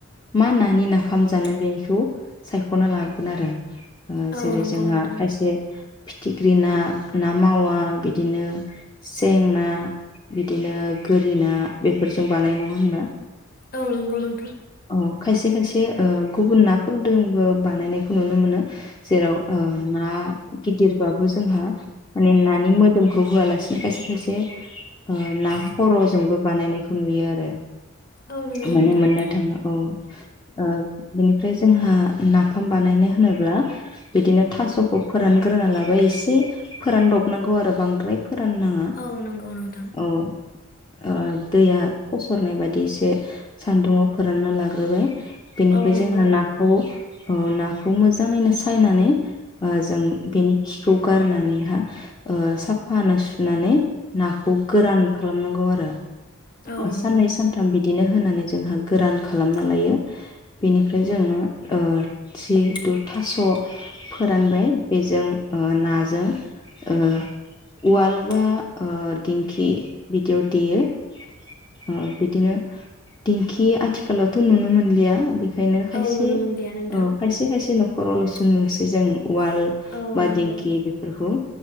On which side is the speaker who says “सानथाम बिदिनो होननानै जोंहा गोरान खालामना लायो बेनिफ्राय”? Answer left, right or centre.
Left